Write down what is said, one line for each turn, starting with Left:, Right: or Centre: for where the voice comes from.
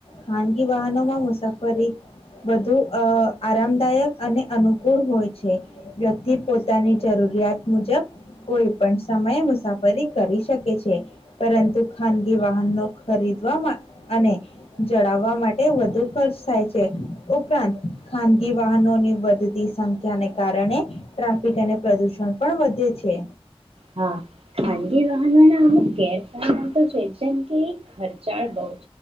Left: ખાનગી વાહનોમાં મુસાફ વધુ અ આરામદાયક અને અનુકૂળ હોય છે વ્યક્તિ પોતાની જરૂરિયાત મુજબ કોઈ પણ સમયે મુસાફરી કરી શકે છે પરંતુ ખાનગી વાહનો ખરીદવા અને જડાવવા માટે વધુ ખર્ચ થાય છે ઉપરાંત ખાનગી વાહનોની વધતી સંખ્યાને કારણે ટ્રાફિક અને પ્રદુષણ પણ વધે છે.
Right: હા ખાનગી વાહનોના અમુક ગેરફાયદા તો છે એમ. કે ખર્ચાળ બહુ